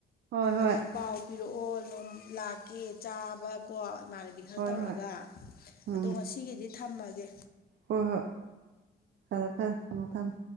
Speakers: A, on the right; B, on the left.
A: ꯍꯣꯏ ꯍꯣꯏ
B: ꯑꯗ ꯄꯥꯎ ꯄꯤꯔꯛꯑꯣ ꯅꯝ ꯂꯥꯛꯀꯦ ꯆꯥꯕꯀꯣ ꯏꯃꯥꯟꯅꯕꯤ ꯈꯔ
A: ꯍꯣꯏ
B: ꯇꯧꯔꯒ
A: ꯍꯣꯏ ꯎꯝ
B: ꯑꯗꯣ ꯉꯁꯤꯒꯤꯗꯤ ꯊꯝꯃꯒꯦ
A: ꯍꯣꯏ ꯍꯣꯏ ꯐꯔꯦ ꯐꯔꯦ ꯊꯝꯃꯣ ꯊꯝꯃꯣ